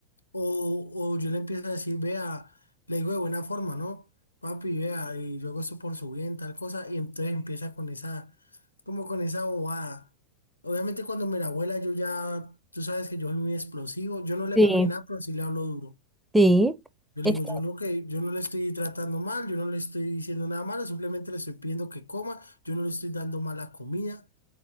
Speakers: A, on the left; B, in the centre.
A: o, o yo le empiezo a decir, vea, le digo de buena forma, ¿no? Papi, vea, y yo hago esto por su bien, tal cosa, y entonces empieza con esa, como con esa bobada. Obviamente cuando me la abuela, yo ya, tú sabes que yo soy muy explosivo, yo no le
B: Sí,
A: pego ni nada, pero sí le hablo duro.
B: sí,
A: Yo le
B: es
A: digo,
B: que,
A: yo no, que, yo no le estoy tratando mal, yo no le estoy diciendo nada malo, simplemente le estoy pidiendo que coma, yo no le estoy dando mala comida.